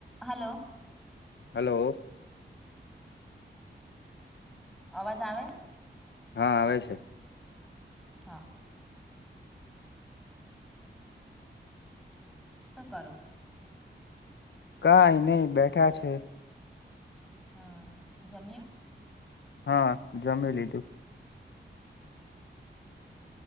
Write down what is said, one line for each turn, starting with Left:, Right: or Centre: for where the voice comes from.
Centre: Hello.
Left: Hello.
Centre: અવાજ આવે.
Left: હા આવે છે.
Centre: હા. શું કરો.
Left: કઈ નહી બેઠા છે.
Centre: હા જમ્યું.
Left: હા <unintelligible> લીધું.